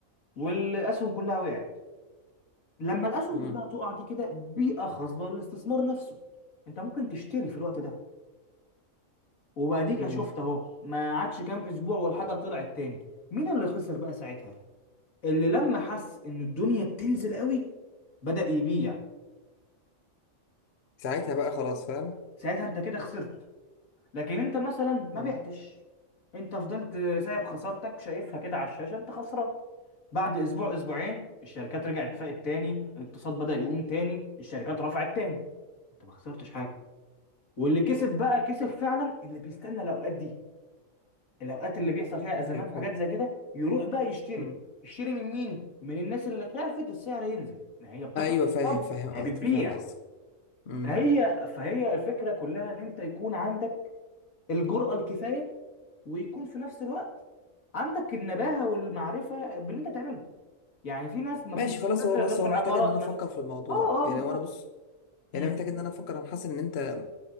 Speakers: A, on the left (about 90°); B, on the left (about 55°).
A: والاسهم كلها وقعت لما الاسهم
B: مم.
A: كلها تقع دي كده بيئه خصبه للاستثمار نفسه انت ممكن تشتري في الوقت ده وباديك
B: مم.
A: أنا شفت اهو ما عادش كام اسبوع والحاجه طلعت تاني مين اللي خسر بقى ساعتها اللي لما حس ان الدنيا بتنزل قوي بدأ يبيع
B: ساعتها بقى خلاص فاهم
A: ساعتها انت كده خسرت لكن انت مثلا
B: مم.
A: ما بعتش انت فضلت سايب خسارتك شايفها كده على الشاشه انت خسران بعد اسبوع اسبوعين الشركات رجعت فاقت تاني الاقتصاد بدأ يقوم تاني الشركات رفعت تاني انت ما خسرتش حاجه واللي كسب بقى كسب فعلا اللي بيستنى الاوقات دي الاوقات اللي بيحصل فيها ازمات
B: ايوه فاهم
A: وحاجات زي كده يروح بقى يشتري
B: مم.
A: يشتري من مين من الناس اللي خافت السعر ينزل ان هي بتطرح
B: ايوه فاهم
A: الأرقام،
B: فاهم
A: هي
B: قصدك
A: بتبيع
B: فاهم قصدك مم.
A: فهي فهي الفكره كلها ان انت يكون عندك الجرأة الكفايه ويكون في نفس الوقت عندك النباهة والمعرفة باللي انت تعمله يعني في ناس ما بتستثمرش
B: ماشي خلاص هو
A: غير
B: بس
A: في
B: هو
A: العقارات
B: محتاج ان انا
A: مثلا
B: افكر في الموضوع
A: اه
B: يعني
A: اه بالظبط
B: هو انا بص يعني
A: امم
B: أنا محتاج ان انا افكر انا حاسس ان انت